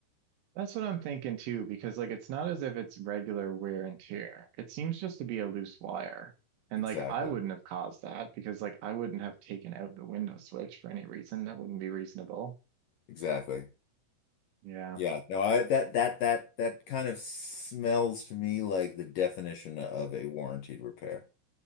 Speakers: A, on the right (about 85°); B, on the left (about 70°).
A: That's what I'm thinking too, because like it's not as if it's regular wear and tear. It seems just to be a loose wire. And
B: Exactly.
A: like I wouldn't have caused that because like I wouldn't have taken out the window switch for any reason. That wouldn't be reasonable.
B: Exactly.
A: Yeah.
B: Yeah, no, I that that that that kind of smells to me like the definition of a warranted repair.